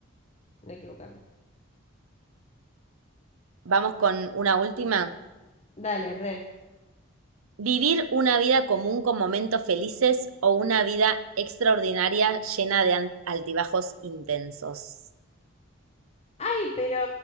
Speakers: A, on the left; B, on the right.
A: no equivocarme.
B: Vamos con una última.
A: Dale, re.
B: ¿Vivir una vida común con momentos felices o una vida extraordinaria llena de an- altibajos intensos?
A: Ay, pero,